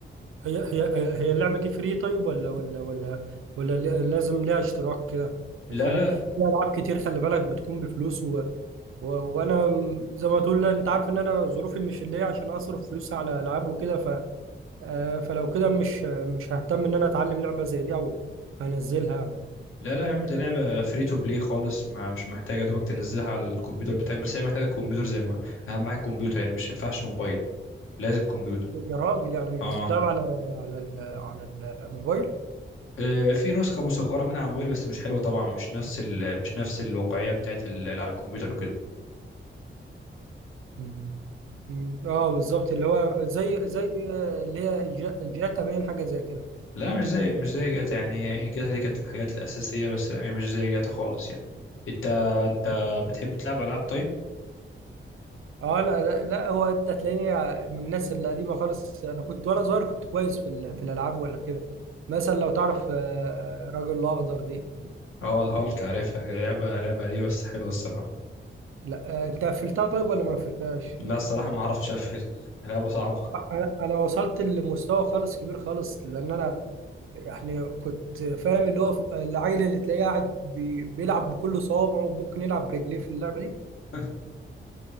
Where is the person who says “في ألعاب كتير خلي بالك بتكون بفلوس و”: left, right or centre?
Right